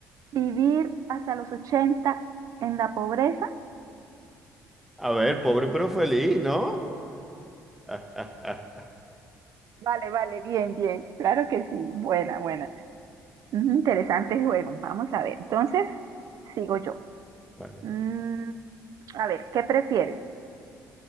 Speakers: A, on the right; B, in the centre.
A: vivir hasta los 80 en la pobreza?
B: A ver, pobre pero feliz, ¿no? <laughs>
A: Vale, vale, bien, bien, claro que sí, buena, buena. Mm, Interesante juego, vamos a ver. Entonces, sigo yo.
B: Vale, vale.
A: Mm, a ver, ¿qué prefieres?